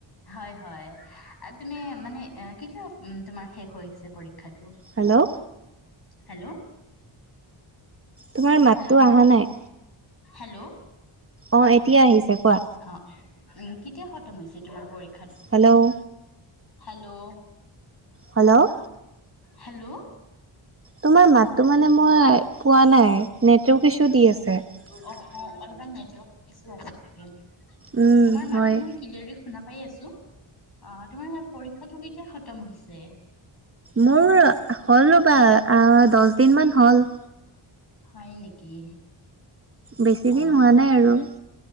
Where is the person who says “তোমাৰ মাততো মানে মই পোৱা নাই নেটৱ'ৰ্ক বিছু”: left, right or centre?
Right